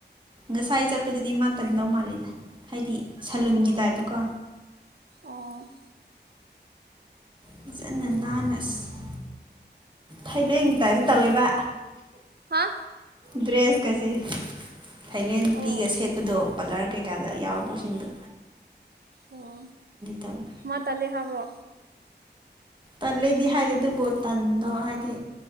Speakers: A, on the right; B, on the right.
A: ꯉꯁꯥꯏ ꯆꯠꯄꯗꯗꯤ ꯃꯥ ꯇꯟꯗꯧ ꯃꯥꯜꯂꯦꯗ ꯍꯥꯏꯗꯤ ꯁꯂꯨꯟꯒꯤ ꯇꯥꯏꯞꯇꯀꯣ
B: ꯑꯣ
A: ꯐꯖꯟꯅ ꯅꯥꯟꯅ ꯑꯁ ꯊꯥꯏꯂꯦꯟꯒꯤ ꯇꯥꯏꯞꯇ ꯇꯧꯋꯦꯕ
B: ꯍꯥ
A: ꯗ꯭ꯔꯦꯁ ꯀꯁꯦ ꯊꯥꯢꯂꯦꯟ ꯅꯨꯄꯤꯒ
B: ꯑꯣ
A: ꯁꯦꯠꯄꯗꯣ ꯄꯥꯂꯔ ꯀꯩꯀꯥꯗ ꯌꯥꯎꯕ ꯁꯤꯡꯗꯣ
B: ꯑꯣ
A: ꯇꯧꯋꯤ
B: ꯃꯥ ꯇꯜꯂꯦ ꯍꯥꯢꯕ꯭ꯔꯣ
A: ꯇꯜꯂꯦꯗꯤ ꯍꯥꯏꯗꯦ ꯑꯗꯨꯕꯨ ꯇꯟꯗꯣ ꯍꯥꯏꯗꯤ